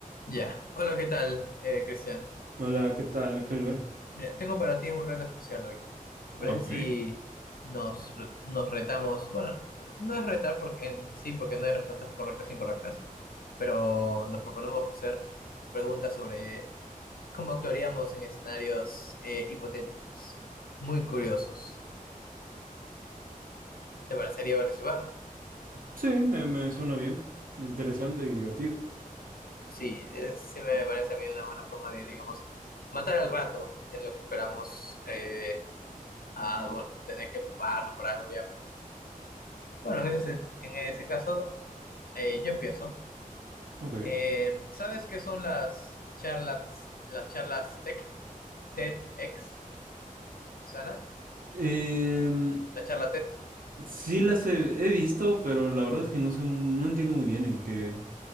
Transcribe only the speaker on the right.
Hola, ¿qué tal, Kelber?
Ah, Ok.
Sí, me, me suena bien. Interesante y divertido.
Ok.
Em,
sí las he, he visto, pero la verdad es que no sé, no entiendo muy bien en qué